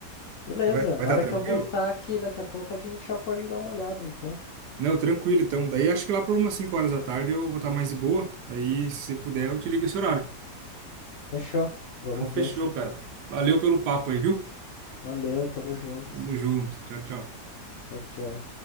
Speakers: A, on the left; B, on the right.
A: Beleza,
B: Você vai, vai
A: a hora
B: estar tranquilo?
A: que eu voltar aqui, daqui a pouco a gente já pode dar uma olhada, então.
B: Não, tranquilo então. Daí acho que lá por umas 5 horas da tarde eu vou estar mais de boa. Aí, se você puder, eu te ligo esse horário.
A: Fechou. Vamos
B: Então, fechou,
A: ver sim.
B: cara. Valeu pelo papo aí, viu?
A: Valeu, tamo junto.
B: Tamo junto. Tchau, tchau.
A: Tchau, tchau.